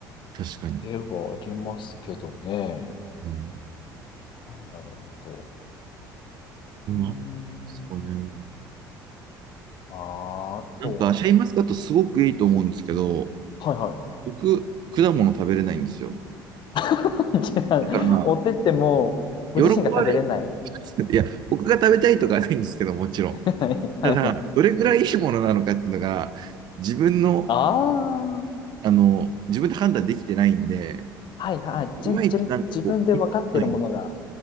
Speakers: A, on the right; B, on the left.
A: 確かに。
B: ではありますけどね。
A: うん。
B: なんだろう、あと。
A: まあ、
B: うーん。
A: そうね。
B: あーあと
A: なんか、シャインマスカットすごくいいと思うんですけど、
B: は、はいは
A: 僕、果物食べれないんですよ。
B: い。<laughs> じゃあ、
A: だから、
B: 持ってっても、ご自身が食べれない。
A: 喜ばれる。<laughs> いや、僕が食べたいとかはないんですけど、もちろん。
B: <laughs> はいはい。
A: ただ、どれくらいいいものなのかっていうのが、自分の、
B: ああ、
A: あの、自分で判断できてないんで、
B: はいはい。じゅ、
A: いまいちなんかこう、
B: じゅ、自分で分かってるものが、
A: ピンとこないっ